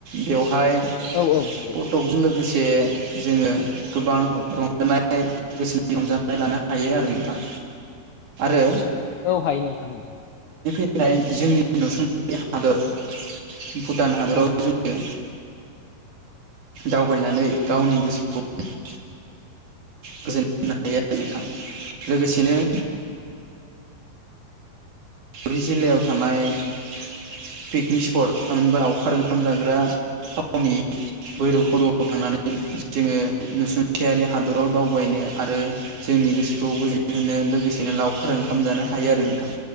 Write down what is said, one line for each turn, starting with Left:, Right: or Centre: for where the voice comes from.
Right: बेवहाय बेवहाय
Left: औ औ नंगौ
Right: फटकजों लोगोसे जोङो गोबां
Left: औ
Right: रंजानाय गोसोनि रंजानाय लानो हायो आरो नोंथां आरो
Left: औ हायो नोंथां।
Right: जाय जोंनि नुसुंसे हादर भुटान हादराव
Left: औ
Right: जोङो दावबायनानै गावनि गोसोखौ - गोजोनो हायो आरो नोंथां लोगोसेनो ब्रिजिल्लायाव थानाय पिकनिक स्पट थाङहिबा अखार ओंखाम जाग्रा थावनि भैरब खन्द'आव थांनानै जोङो नुसुंथियारि हादराव दावबायनो आरो जोंनि गोसोखौ गोजोननाय होनो लोगोसेनो लावखार ओंखाम जानो हायो आरो नोंथां।